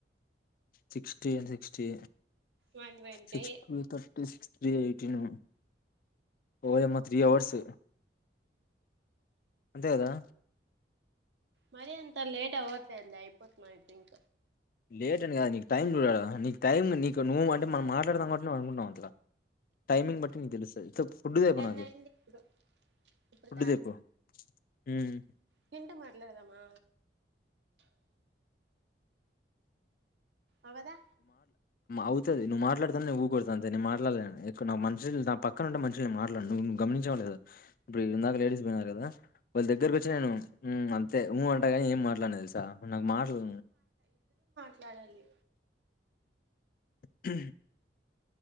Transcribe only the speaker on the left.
sixty and sixty
six thirty సి త్రీ ఎయిటీన్ ఓమా త్రీ అవర్స్ అంతే గదా
లేట్ అండి కదా నీకు టైం చూడాలా నీకు టైం నీకు నువ్వు అంటే మనం మాట్లాడతాం కాట్టి నువ్ అనుకుంటన్నావు అంత టైమింగ్ బట్టి నికి తెలుస్తుంది ఫుడ్ తాపో
నాకి
ఫుడ్ తాపో హ్మ్
అవుతుది నువ్ మాట్లాడాను నువ్వు ఊ కొడత అంతేను మాట్లాడలేను ఎ నా మషు నా పక్కన ఉంటే మనుషళ్ నే మాట్లాడు నువ్వువవు గమనించవలేదు ఇప్పుడు ఇందాక లేడస్ పోయినారు కదా వాళ్ళ దగ్గర వచ్చి నేను ఉ అంతే ఊ అంటాగాని ఏం మాట్లాడను తెలుసా నాకు మాటలు
హ